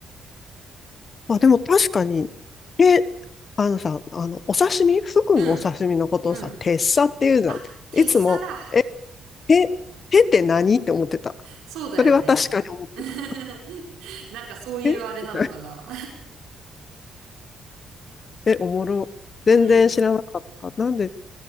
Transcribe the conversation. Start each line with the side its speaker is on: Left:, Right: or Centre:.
Left: あ、でも確かに、え、あのさ、あの、お刺身、フグのお刺身のことをさ、
Right: うん、うん。
Left: 鉄砂って言うじゃん。
Right: あ、鉄砂だ。
Left: いつも、え、手、手って何って思ってた。
Right: そうだよね。
Left: それは確かに思ってた。
Right: <laughs> なんかそういうあれなのかな。
Left: えみたいな。え、おもろ。全然知らなかった。
Right: <laughs> うん。
Left: なんで、